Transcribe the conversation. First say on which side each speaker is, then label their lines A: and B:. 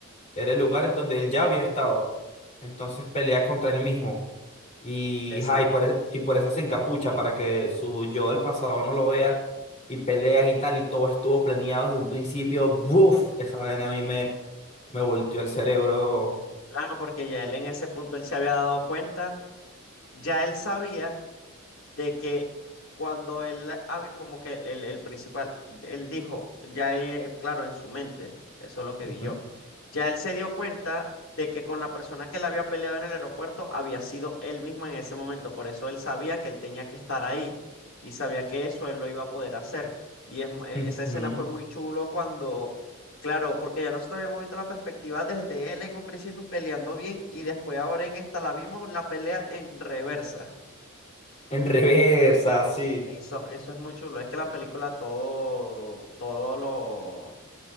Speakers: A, on the left; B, on the left.
A: era el lugar en donde él ya había estado. Entonces pelea contra él mismo. Y,
B: Exacto.
A: ajá, y, por, e- y por eso se encapucha, para que su yo del pasado no lo vea. Y pelean y tal, y todo estuvo planeado desde un principio. ¡Buf! Esa vaina a mí me, me volteó el cerebro.
B: Claro, porque ya él en ese punto él se había dado cuenta, ya él sabía de que cuando él, hab- como que el, el- principal, él dijo, ya ahí, eh, claro, en su mente, eso es lo que
A: Ujú,
B: vi yo, ya él se dio cuenta de que con la persona que le había peleado en el aeropuerto había sido él mismo en ese momento, por eso él sabía que él tenía que estar ahí y sabía que eso él lo iba a poder hacer. Y es, mu- e-
A: ujú.
B: esa escena fue muy chulo cuando... Claro, porque ya nosotros habíamos visto la perspectiva desde él en un principio peleando bien y después ahora en esta la vimos la pelea en reversa.
A: En reversa, sí.
B: Eso, eso es muy chulo. Es que la película todo, todo lo,